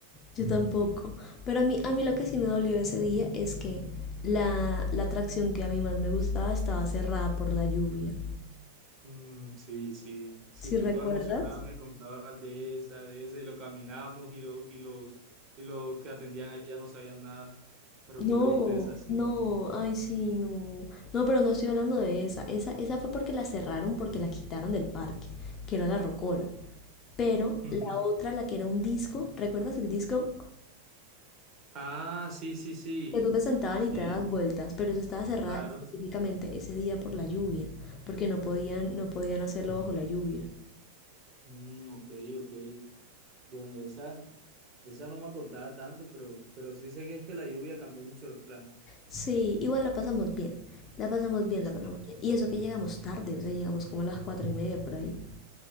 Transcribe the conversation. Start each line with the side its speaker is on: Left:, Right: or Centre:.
Left: yo tampoco. Pero a mí, a mí lo que sí me dolió ese día es que la, la atracción que a mí más me gustaba estaba cerrada por la lluvia.
Right: Mm, sí, sí, sí,
Left: si
Right: tú
Left: recuerdas?
Right: toda emocionada me contabas de esa, de ese, lo caminamos y, lo- y, los, y los que atendían allá no sabían nada, pero
Left: No,
Right: qué tristeza, sí.
Left: no, ay sí, no. No, pero no estoy hablando de esa. Esa, esa fue porque la cerraron, porque la quitaron del parque, que era la Rocola. Pero
Right: Ujú.
Left: la otra, la que era un disco, ¿recuerdas el disco?
Right: Ah, sí, sí, sí,
Left: Que tú te sentaban
Right: sí,
Left: y te dabas vueltas, pero esa estaba cerrada
Right: claro.
Left: específicamente ese día por la lluvia, porque no podían, no podían hacerlo bajo la lluvia.
Right: Mm, ok, ok. Bueno, de esa, de esa no me acordaba tanto, pero, pero sí sé que es que la lluvia cambió mucho los planes.
Left: Sí, igual la pasamos bien, la pasamos bien,
Right: Sí.
Left: la pasamos bien. Y eso que llegamos tarde, o sea, llegamos como a las cuatro y media por ahí.